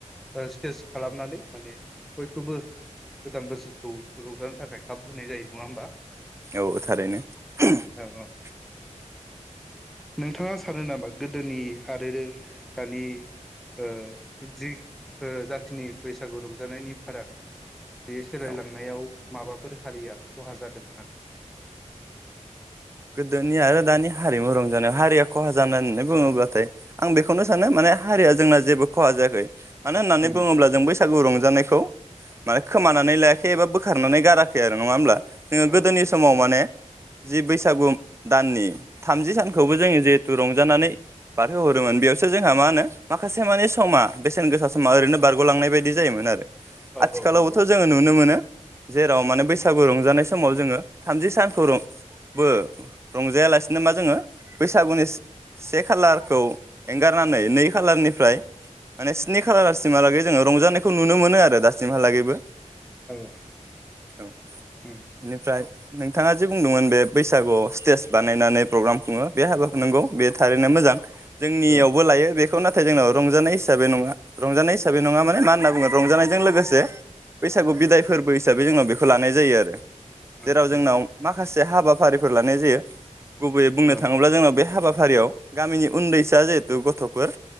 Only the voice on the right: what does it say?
औ थारैनो <unintelligible>
औ
गोदोनि आरो दानि हारिमु रंजानाय हारिया खहा जानो होननानै बुङोब्लाथाय आं बेखौनो सानो माने हारिया जोंना जेबो खहा जायाखै मानो होननानै
बुङोब्ला जों बै सागु रंजानायखौ माने खोमानानै लायाखै एबा बोखारनानै गाराखै आरो नङा होमब्ला जोङो
गोदोनि
समाव माने जि बै सागु दाननि थामजि सानखौबो जोङो जिहेथु रंजानानै बारहोहरोमोन बेयावसो जोंहा मा होनो माखासे माने समा बेसेन गोसा समा ओरैनो बारग'लांनाय बायदि जायोमोन आरो
आथिखालावबोथ'
जोङो नुनो मोनो जेराव माने बैसागु रंजानाय समाव जोङो थामजि सानखौ रं बो रंजायालासिनो मा जोङो बैसागुनि से खालारखौ एंगारनानै नै खालारनिफ्राय माने स्नि खालारसिमहालागै जोङो रंजानायखौ नुनो मोनो आरो दासिमहालागैबो
औ बेनिफ्राय
नोंथाङा जे बुंदोंमोन बे बैसागुआव स्टेज बानायनानै प्रग्राम खुङो बे हाबाखौनंगौ बे थारैनो मोजां जोंनियावबो
लायो बे बेखौ नाथाय जोंनाव रंजानाय हिसाबै नङा रंजानाय हिसाबै नङा माने मा होनना बुङो रंजानायजों लोगोसे बैसागु बिदाय फोरबो हिसाबै जोंनाव बेखौ लानाय जायो आरो
जेराव जोंनाव माखासे हाबा फारिफोर लानाय जायो गुबैयै बुंनो
थाङोब्ला जोंनाव बे हाबा फारियाव गामिनि उनदैसा जिहेथु गथ'फोर